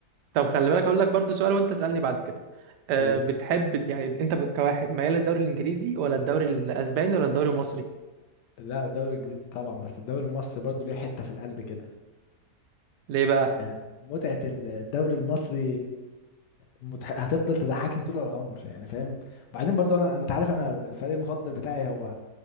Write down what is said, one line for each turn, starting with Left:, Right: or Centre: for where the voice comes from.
Right: طب خلي بالك هقول لك برضو سؤال وانت اسألني بعد كده أه
Left: قول
Right: بتحب يعني انت ب- كواحد ميال للدوري الانجليزي ولا الدوري الاسباني ولا الدوري المصري
Left: لا الدوري الانجليزي طبعا بس الدوري المصري برضو ليه حته في القلب كده
Right: ليه بقى
Left: يعني متعة الدوري المصري متح... هتفضل تضحكني طول العمر يعني فاهم وبعدين برضو انا انت عارف انا الفريق المفضل بتاعي هو